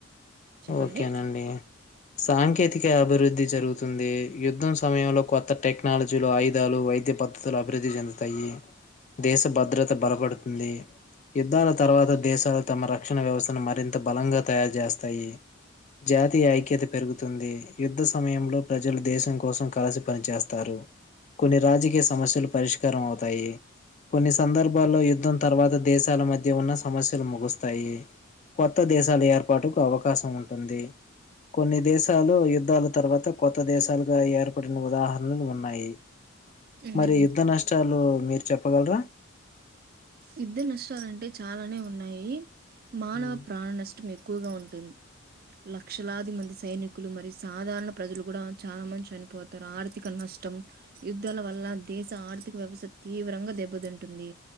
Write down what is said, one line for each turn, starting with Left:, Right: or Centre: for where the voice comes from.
Right: చెప్పండి.
Left: ఓకేనండి సాంకేతిక అభివృద్ధి జరుగుతు ఉంది యుద్ధం సమయంలో కొత్త టెక్నాలజీలు ఆయుధాలు వైద్య పద్ధతులు అభివృద్ధి చెందుతాయి దేశ భద్రత బలపడుతుంది యుద్ధాల తర్వాత దేశాలు తమ ర రక్షణ వ్యవస్థను మరింత బలంగా తయారు చేస్తాయి జాతీయ ఐక్యత పెరుగుతుంది యుద్ధ సమయంలో ప్రజ ప్రజలు దేశం కోసం కలసి పనిచేస్తారు కొన్ని రాజకీయ సమస్యలు పరిష్కారం అవుతారు అతాయి కొన్ని సందర్భాల్లో యుద్ధం తర్వాత దేశాల మధ్య ఉన్న సమస్యలు ముగుస్తాయి కొత్త దేశాల ఏర్పాటుకు అవకాశం ఉంటుంది కొన్ని దేశాలు యుద్ధాల తర్వాత కొత్త దేశాలుగా ఏర్పడి ఉదాహరణలు ఉన్నాయి
Right: హ్మ్.
Left: మరి యుద్ధ నష్టాలు మీరు చెప్పగలరా
Right: యుద్ధ నష్టాలంటే చాలానే ఉన్నాయి మానవ
Left: ఉమ్,
Right: ప్రాణ నష్టం ఎక్కువగా ఉంటు లక్షలాది మంది సైనికులు మరియు సాధారణ ప్రజలు కూడా చాలా మంచి చనిపోతారు ఆర్థిక నష్టం యుద్ధాల వల్ల దేశ ఆర్థిక వ్యవస్థ తీవ్రంగా దెబ్బతింటుంది